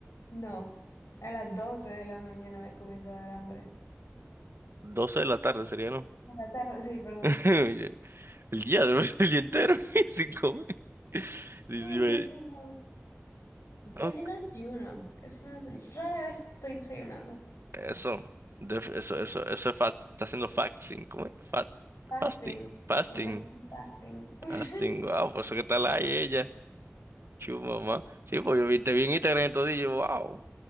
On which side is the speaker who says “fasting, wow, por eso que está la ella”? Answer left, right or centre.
Right